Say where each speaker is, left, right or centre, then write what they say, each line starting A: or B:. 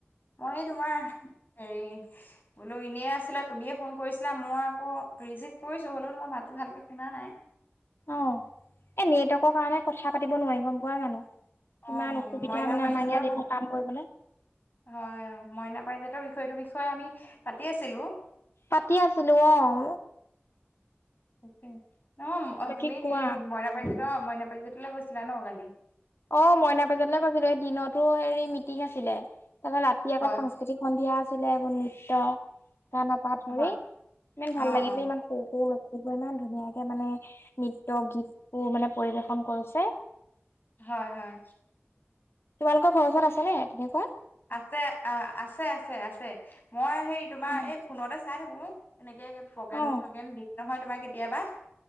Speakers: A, on the left (about 50°); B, on the left (about 70°).
A: মই এই তোমাৰ হেৰি বোলো এনেই আছিলা, তুমিয়ে ফোন কৰিছিলা, মই আকৌ ৰিচিভ কৰিছোঁ হ'লেও তোমাৰ মাতটো ভালকে শুনা নাই।
B: অহ, এই নেটৱৰ্কৰ কাৰণে কথা পাতিব নোৱাৰি গম পোৱা জানোঁ। কিমান
A: অ
B: অসুবিধা
A: মইনা
B: মানে
A: পাৰিজাতৰ
B: আমাৰ ইয়াত এইবোৰ কাম কৰিবলে।
A: হয় অহ, মইনা পাৰিজাতৰ বিষয়টোৰ বিষয়ে আমি পাতি আছিলোঁ।
B: পাতি আছিলোঁ অহ।
A: তাকে অহ,
B: বাকী
A: তুমি
B: কোৱা
A: সেই মইনা পাৰিজাতৰ, মইনা পাৰিজতলৈ গৈছিলা ন' কালি।
B: অহ, মইনা পাৰিজাতলৈ গৈছিলোঁ এই দিনতো হেৰি মিটিং আছিলে তাৰপা ৰাতি আকৌ
A: হয়
B: সাংস্কৃতিক সন্ধিয়া আছিলে এইবোৰ নৃত্য গানৰপা ধৰি
A: হয়
B: ইমান ভাল
A: অ
B: লাগিছে,
A: অ
B: ইমান সৰু-সৰু ল'ৰা-ছোৱালীবিলাকে ইমান ধুনীয়াকে মানে নৃত্য, গীতবোৰ মানে পৰিবেশন কৰিছে।
A: হয়, হয়।
B: তোমালোকৰ ঘৰ ওচৰত আছেনে তেনেকুৱা?
A: আছে অহ, আছে-আছে-আছে। মই হেৰি তোমাৰ
B: অ',
A: এই ফোনতে চাই থাকোঁ। এনেকে প্ৰগ্ৰেম-চগ্ৰেম
B: অ',
A: দম নহয় তোমাৰ কেতিয়াবা।